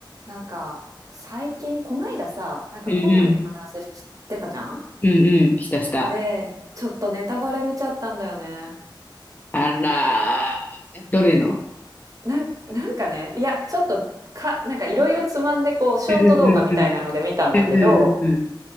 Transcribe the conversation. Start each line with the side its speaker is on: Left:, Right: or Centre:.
Right: なんか最近こないださなんかコナンの話してたじゃん
Left: うんうん。うんうん。したした。
Right: でちょっとネタバレ見ちゃったんだよね
Left: あらー、どれの
Right: なんなんかねいやちょっとかなんかいろいろつまんでこうショート動画みたいなので見たんだけど
Left: うんうんうんうん。うんうんうんうん。